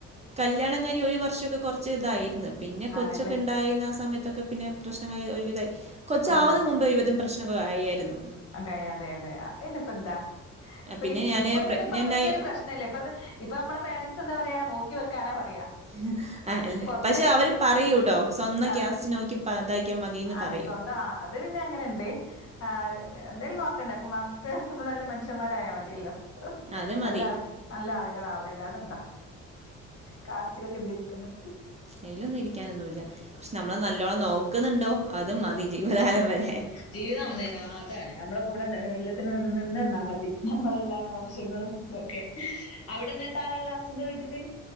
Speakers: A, on the right (about 20°); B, on the left (about 50°).
A: കല്യാണം കഴിഞ് ഒരു വർഷക്കെ കുറച്ച് ഇതായിരുന്നു പിന്നെ കൊച്ചൊക്കെ
B: ആണല്ലേ
A: ഇ ണ്ടായി ആ സമയത്തൊക്കെ പിന്നെ പ്രശ്നങ്ങ ഒരുവിധയി കൊച്ചാവുന്ന
B: ഓഹ്
A: മുബേ ഒരു വിധം പ്രശ്നങ്ങൾ അയായിരുന്നു
B: അതെ അതെ അതെ അയിനിപ്പന്താ പ്പ
A: പിന്നെ
B: ഇപ്
A: ഞാന്
B: ഇപ്പൊ പിന്നെപ്പൊ
A: പ്രഗ്നന്റായി
B: അതൊന്നൊരു പ്രശ് ന്നെലെ ഇപ്പ ഇപ്പൊ നമ്മളെ പേരൻറ്സ് എന്താ പറയാ നോക്കി വെക്കാനാ പറയാ
A: <unintelligible> അഹ് അല്ലേ
B: കൊറച്ച്
A: പക്ഷെ അവര് പറയൂട്ടോ സ്വന്തം
B: ആ
A: കാസ്റ്റ് നോക്കി ഇതാക്കിയാ മതിന്ന്
B: അതെ
A: പറയും
B: സ്വന്തം ആ അത് പിന്നെ അങ്ങനെുണ്ട് ആ എന്തായാലും നോക്കണ്ടേ അപ്പൊ മ്മാംക്ക് നല്ല മനുഷ്യന്മാരായ മതിയല്ലോ
A: അത് മതി.
B: നല്ല ആൾ നല്ല ആളുകളാവും അല്ലാതെന്താ കാസ്റ്റിലൊക്കെ എന്ത് ഇരിക്കുന്നു
A: അയ്ലൊന്നും ഇരിക്കാനൊന്നുല്ല പക്ഷെ നമ്മളെ നല്ലോണം നോക്കുന്നുണ്ടോ അതു മതി ജീവകാലം വരെ
B: ജീവിത ഒന്നേനാൽ അതാണ് നമ്മളെ കൂടെ എ എല്ലത്തിനും നിന്നന്നാ മതി നമ്മളെല്ലാരെ ആവശ്യങ്ങളും തൊക്കെ അവിടെന്ന് ട്ടാരാള്ളെ ഹസ്സിന്റെ വീട്ട്ല്